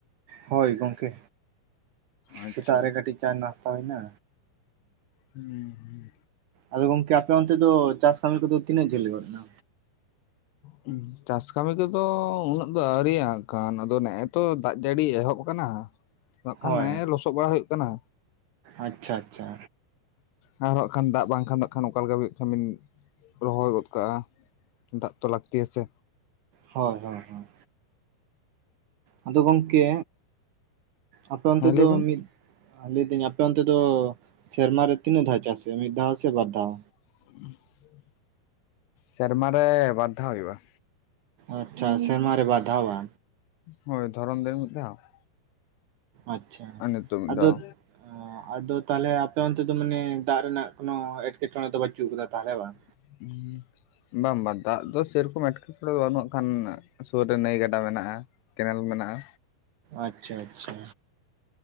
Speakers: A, on the right; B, on the left.
A: ᱦᱳᱭ ᱜᱚᱝᱠᱮ
B: ᱟᱪᱪᱷᱟ
A: ᱥᱮᱛᱟᱜ ᱨᱮ ᱠᱟᱹᱴᱤᱡ ᱪᱟ ᱱᱟᱥᱛᱟ ᱦᱩᱭᱱᱟ
B: ᱦᱮᱸ ᱦᱮᱸ
A: ᱟᱫᱚ ᱜᱚᱝᱠᱮ ᱟᱯᱮ ᱚᱱᱛᱮ ᱫᱚ ᱪᱟᱥ ᱠᱟᱹᱢᱤ ᱠᱚᱫᱚ ᱛᱤᱱᱟᱹᱜ ᱡᱷᱟᱹᱞ ᱜᱚᱫ ᱮᱱᱟ
B: ᱦᱩᱸ ᱪᱟᱥ ᱠᱟᱹᱢᱤ ᱠᱚᱫᱚᱻ ᱩᱱᱟᱹᱜ ᱫᱚ ᱟᱹᱣᱨᱤᱭᱟᱜ -ᱟ ᱦᱟᱜ ᱠᱷᱟᱱ ᱟᱫᱚ ᱱᱮᱜᱚᱭ ᱛᱚ ᱫᱟᱜ ᱡᱟᱹᱲᱤ ᱮᱦᱚᱵ ᱠᱟᱱᱟ ᱱᱟᱜ ᱠᱷᱟᱱ
A: ᱦᱳᱭ
B: ᱱᱮᱜᱼᱮ ᱞᱚᱥᱚᱫ ᱵᱟᱲᱟ ᱦᱩᱭᱩᱜ ᱠᱟᱱᱟ
A: ᱟᱪᱪᱷᱟ ᱟᱪᱪᱷᱟ
B: ᱟᱨᱚᱸ ᱦᱟᱜ ᱠᱷᱟᱱ ᱫᱟᱜ ᱵᱟᱝᱠᱷᱟᱱ ᱫᱚ ᱠᱷᱟᱱ ᱚᱠᱟ ᱠᱷᱟᱱ ᱵᱤᱱ ᱨᱚᱦᱚᱭ ᱜᱚᱫ ᱠᱟᱜᱼᱟ ᱫᱟᱜ ᱛᱚ ᱞᱟᱹᱠᱛᱤᱭᱟ ᱥᱮ
A: ᱦᱳᱭ ᱦᱳᱭ ᱦᱳᱭ ᱟᱫᱚ ᱜᱚᱝᱠᱮ, ᱟᱯᱮ ᱚᱱᱛᱮ
B: ᱦᱮᱸ
A: ᱫᱚ
B: ᱞᱟᱹᱭ ᱵᱤᱱ
A: ᱢᱤᱫ ᱞᱟᱹᱭᱫᱟᱹᱧ ᱟᱯᱮ ᱚᱱᱛᱮ ᱫᱚ ᱥᱮᱨᱢᱟᱨᱮ ᱛᱤᱱᱟᱹᱜ ᱫᱷᱟᱣ ᱪᱟᱥ ᱦᱩᱭᱩᱜᱼᱟ ᱢᱤᱫ ᱫᱷᱟᱣ ᱥᱮ ᱵᱟᱨ ᱫᱷᱟᱣ
B: <inaudible> ᱥᱮᱨᱢᱟᱨᱮ ᱵᱟᱨᱫᱷᱟᱣ ᱦᱩᱭᱩᱜ -ᱟ
A: ᱟᱪᱪᱷᱟ ᱥᱮᱨᱢᱟᱨ ᱨᱮ ᱵᱟᱫᱷᱟᱣ ᱵᱟ
B: ᱦᱳᱭ ᱫᱷᱚᱨᱚᱱ ᱫ ᱢᱤᱫ ᱫᱷᱟᱣ <unintelligible>
A: ᱟᱪᱷᱟ
B: ᱟᱨ ᱱᱤᱛᱚᱜ ᱢᱤᱫ
A: ᱟᱫᱚ
B: ᱫᱷᱟᱣ
A: ᱟᱫᱚ ᱛᱟᱦᱚᱞᱮ ᱟᱯᱮ ᱚᱱᱛᱮ ᱫᱚ ᱢᱟᱱᱮ ᱫᱟᱜ ᱨᱮᱱᱟᱜ ᱠᱳᱱᱚ ᱮᱴᱠᱮᱴᱚᱬᱮ ᱫᱚ ᱵᱟᱹᱪᱩᱜ ᱟᱠᱟᱫᱟ ᱛᱟᱦᱚᱞᱮ ᱵᱟᱝ
B: <inaudible> ᱵᱟᱝ ᱵᱟᱝ ᱫᱟᱜ ᱫᱚ ᱥᱮᱨᱚᱠᱚᱢ ᱮᱴᱠᱮᱴᱚᱬᱮ ᱫᱚ ᱵᱟᱹᱱᱩᱜ ᱠᱷᱟᱱ ᱥᱩᱨ ᱨᱮ ᱱᱟᱹᱭ ᱜᱟᱰᱟ ᱢᱮᱱᱟᱜᱼᱟ ᱠᱮᱱᱮᱞ ᱢᱮᱱᱟᱜᱼᱟ
A: ᱟᱪᱪᱷᱟ ᱟᱪᱪᱷᱟ